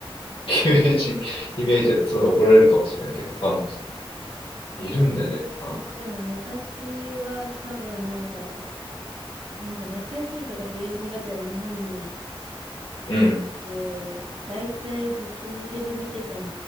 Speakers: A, on the left; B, on the right.
A: <laughs> イメージ、イメージは、そんな怒られるかもしれないけど、ファンの人。
B: あ、
A: いるんだね、
B: でも、
A: ファンが。
B: でも昔は多分なんか、なんか夏休みとか冬休みがてら日本に
A: うん、
B: で、大体ぶっ続けで見てたっ